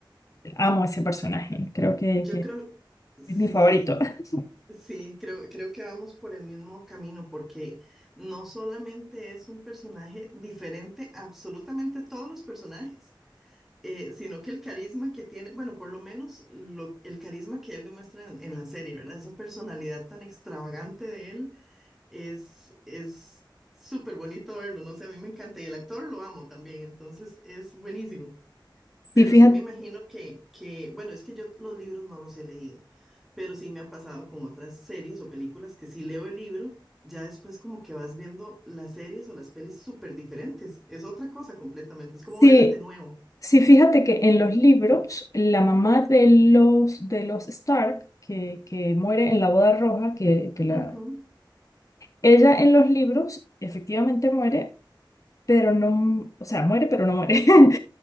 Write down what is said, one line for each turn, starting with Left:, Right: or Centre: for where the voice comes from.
Left: amo ese personaje. Creo que,
Centre: yo
Left: que
Centre: creo, sí,
Left: es mi favorito. <laughs>
Centre: sí, creo, creo que vamos por el mismo camino, porque no solamente es un personaje diferente absolutamente a todos los personajes, eh, sino que el carisma que tiene, bueno, por lo menos lo- el carisma que él demuestra en, en la serie, ¿verdad? Esa personalidad tan extravagante de él es, es súper bonito verlo, no sé, a mí me encanta y el actor lo amo también, entonces es buenísimo.
Left: Sí,
Centre: Pero
Left: fíjate.
Centre: sí me imagino que, que, bueno, es que yo los libros no los he leído, pero sí me ha pasado con otras series o películas que si leo el libro, ya después como que vas viendo las series o las pelis súper diferentes. Es otra cosa completamente, es como
Left: Sí,
Centre: verlas de nuevo.
Left: Sí, fíjate que en los libros, la mamá de los, de los Stark, que, que muere en la boda roja, que, que la,
Centre: Ujú.
Left: ella en los libros efectivamente muere, pero no, o sea, muere, pero no muere. <laughs>